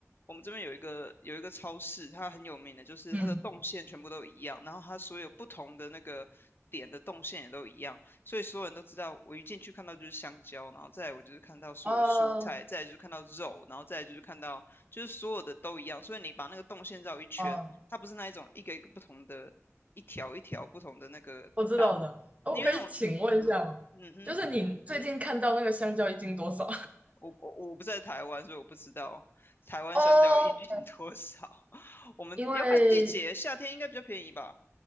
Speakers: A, on the left; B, on the right.
A: 我们这边有一个有一个超市，它很有名的，就是它的动线全部都一样，
B: 嗯。
A: 然后它所有不同的那个点的动线也都一样，所以所有人都知道，我一进去看到就是香蕉，然后再来我就是看到所有的蔬菜，
B: 啊
A: 再来就是看到肉，然后再来就是看到就是所有的都一样，所以你把那个动线绕一圈，
B: 啊，
A: 它不是那一种一个一个不同的，一条一条不同的那个道，
B: 我知道的。哦我可以请问一下吗？
A: 因为那种嗯哼。
B: 就是你最近看到那个香蕉一斤多少？
A: 我我我不在台湾，所以我不知道台湾香蕉一斤多少。
B: <laughs> 哦，
A: <laughs> 我们要看季节，
B: 因为
A: 夏天应该比较便宜吧，